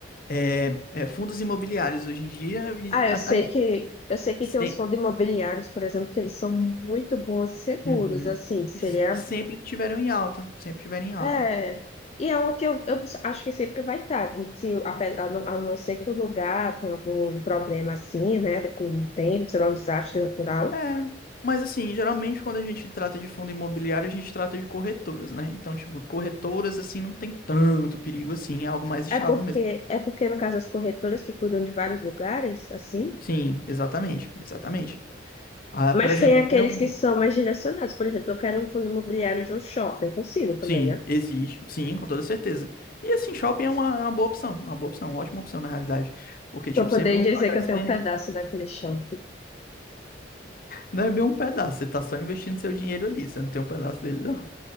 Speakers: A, on the left (about 50°); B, on the left (about 35°).
A: é, é, fundos imobiliários hoje em dia, e-
B: Ah,
A: e,
B: eu
A: aliás,
B: sei que eu sei que
A: se-
B: tem uns fundos imobiliários, por exemplo, que eles são muito bons e seguros,
A: Uhum.
B: assim, seria.
A: E, s- e sempre tiveram em alta, sempre tiveram em alta.
B: É, e é o que eu, eu acho que sempre vai estar. Se, ape- a, não, a não ser que o lugar tenha algum problema assim, né? Com o tempo, sei lá, um desastre natural.
A: É, mas assim, geralmente quando a gente trata de fundo imobiliário, a gente trata de corretoras, né? Então, tipo, corretoras, assim, não tem tanto perigo assim, é algo mais estável
B: É porque,
A: mesmo.
B: é porque, no caso, as corretoras que cuidam de vários lugares, assim,
A: Sim, exatamente, exatamente. Ah,
B: mas
A: por exemplo,
B: tem aqueles
A: tem um...
B: que são mais direcionados. Por exemplo, eu quero um fundo imobiliário de um shopping, eu consigo também,
A: Sim,
B: né?
A: existe, sim, com toda certeza. E assim, shopping é uma, é uma boa opção, é uma boa opção, uma ótima opção, na realidade. Porque,
B: Para
A: tipo,
B: poder
A: sempre vão
B: dizer
A: estar crescendo.
B: que eu tenho um pedaço daquele shopping.
A: Não é bem um pedaço, você tá só investindo seu dinheiro ali, você não tem um pedaço dele, não.